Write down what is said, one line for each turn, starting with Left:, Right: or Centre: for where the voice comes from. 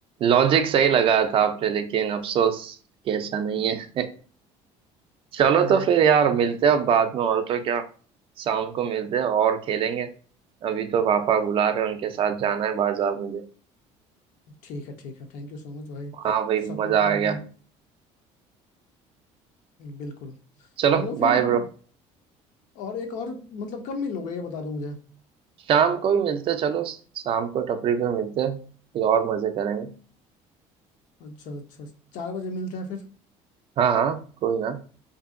Right: लॉजिक सही लगा था आपने लेकिन अफसोस कैसा नहीं है। चलो
Left: हाँ
Right: तो फिर यार मिलते हैं अब बाद में और तो क्या शाम को मिलते हैं और खेलेंगे अभी तो पापा बुला रहे हैं उनके साथ जाना है बाजार मुझे
Left: ठीक है ठीक है थैंक यू सो मच भाई
Right: हाँ भाई
Left: सपने
Right: मजा
Left: को
Right: आ गया
Left: हम्म, बिल्कुल
Right: चलो
Left: चलो फिर
Right: बाय
Left: हाँ
Right: ब्रो
Left: और एक और मतलब कब मिलोगे ये बता दो मुझे
Right: शाम को ही मिलते हैं, चलो शाम को टपरी पे मिलते हैं, फिर और मजे करेंगे
Left: अच्छा अच्छा चार बजे मिलते हैं फिर
Right: हाँ हाँ कोई ना